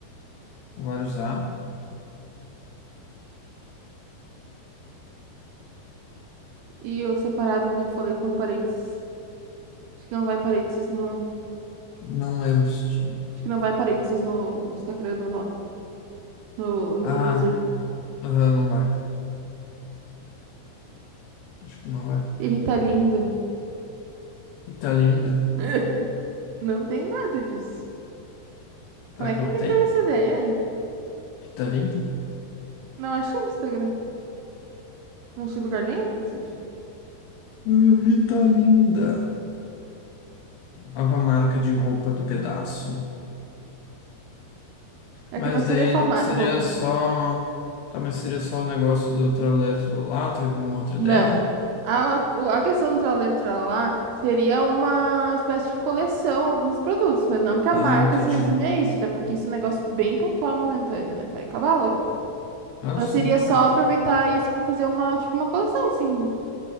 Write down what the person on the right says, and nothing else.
E o separado, que nem eu falei, com parênteses. Acho que não vai parênteses no...
Acho que não vai parênteses no, no Instagram, no nome. No, no
user.
E Rita Linda.
<laughs> Não tem nada disso. Como
é
que
ninguém
teve essa ideia?
Não achei no Instagram. Não achei em lugar nenhum, inclusive.
É
que não seria
só ma-
roupa.
Não.
A, a questão do traleiro tralalá seria uma espécie de coleção, alguns produtos, mas não que a
marca
se resume a isso, até porque isso é um negócio bem pontual, momentâneo, né? Vai acabar logo a pouco.
Mas
seria
só
aproveitar isso pra fazer uma, tipo, uma coleção, assim,